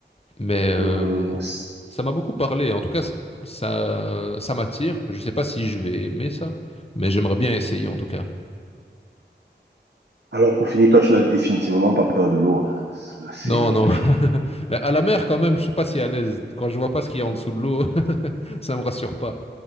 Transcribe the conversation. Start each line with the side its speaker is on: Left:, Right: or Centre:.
Left: mais euh,
Right: Hum, c-
Left: ça m'a beaucoup parlé. En tout cas, ça, ça m'attire. Je sais pas si je vais aimer ça, mais j'aimerais bien essayer en tout cas.
Right: Alors, pour finir, toi, tu n'as définitivement pas peur de l'eau. hein. Ça, C'est.
Left: Non, non. <laughs> Mais à la mer, quand même, je suis pas si à l'aise. Quand je vois pas ce qu'il y a en dessous de l'eau, <laughs> ça me rassure pas.